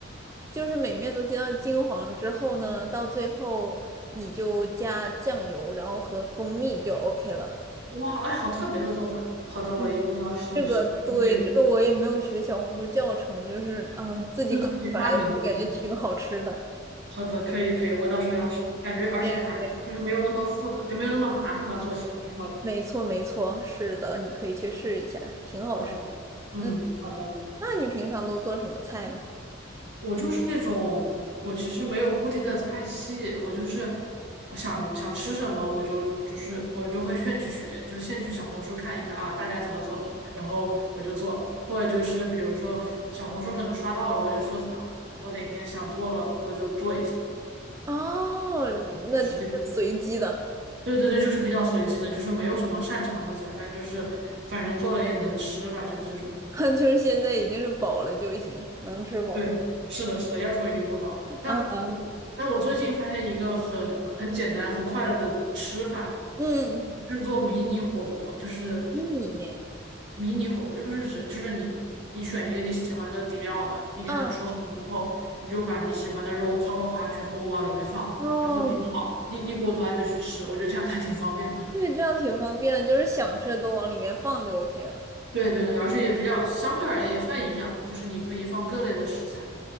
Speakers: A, on the right; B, on the right.
A: 就是每面都煎到金黄之后呢，到最后你就加酱油，然后和蜂蜜就 OK 了。
B: 哇，哎，好特别的做法。好的，我一定要试一试。
A: 嗯，这个对，
B: 还有，
A: 这个我也没有学小红书教程，就是啊、自己搞出来的，
B: 就是自己发明的菜。
A: 就感觉挺好吃的。
B: 好的，可以可以，我到时候要试。感觉而且还就是没有那么复杂，
A: 对呀，对呀，
B: 就没有那么麻烦吧，做起来挺好的。
A: 没错没错，是的，你可以去试一下，挺好吃
B: 好的，嗯，
A: 的。嗯，
B: 好的。
A: 那你平常都做什么菜呢？
B: 我就是那种，我其实没有固定的菜系，我就是我想想吃什么，我就就是我就会现去学，就现去小红书看一看啊，大家怎么做的，然后我就做了，或者就是比如说小红书可能刷到了，我就收藏，然后哪天想做了我就做一下，
A: 哦，那就是随机的，
B: 就是这种。对对对，就是比较随机的，就是没有什么擅长的菜，但就是反正做了也能吃吧，就是这种。
A: <laughs> 就是现在已经是饱了就行，能吃饱就。
B: 对，是的，是的，要求已经不高了。但
A: 啊啊，
B: 但我最近发现一个很很简单、很快乐的吃法，
A: 嗯，
B: 制作迷你火锅，就是
A: 迷你，
B: 迷你火锅，就是指就是你你选一个你喜欢的底料嘛，你给它煮好之后，
A: 啊，
B: 你就把你喜欢的肉夸夸夸全部往里面放，
A: 哦，
B: 然后煮好一一锅端就去吃，我觉得这样还挺方便的。<laughs>
A: 对，这样挺方便的，就是想吃的都往里面放就 OK 了。
B: 对对对，而且也比较相对而言也算营养吧，就是你可以放各类的食材。